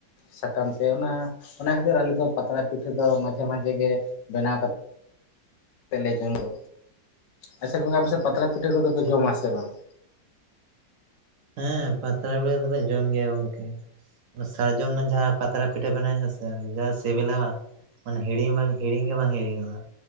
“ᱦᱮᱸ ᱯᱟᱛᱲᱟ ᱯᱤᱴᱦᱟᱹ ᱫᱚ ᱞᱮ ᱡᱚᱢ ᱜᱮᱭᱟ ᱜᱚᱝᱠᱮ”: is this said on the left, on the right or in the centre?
Right